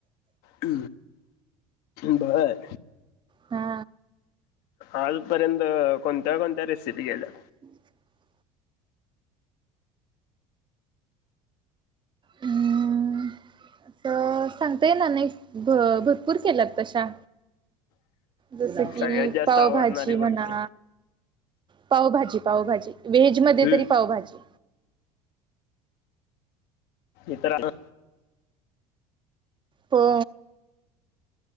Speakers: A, on the left (about 60°); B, on the right (about 25°).
A: ह बर.
B: हा.
A: आजपर्यंत कोणत्या कोणत्या रेसिपी केल्या?
B: <unintelligible> हूं, अस सांगता येणार नाही, भ भरपूर केल्यात तशा. जस की
A: सगळ्यात जास्त
B: पावभाजी
A: आवडणारी
B: म्हणा,
A: कोणती
B: पावभाजी-पावभाजी. व्हेज
A: हम्म
B: मध्ये तरी पावभाजी.
A: इतरांना
B: हो.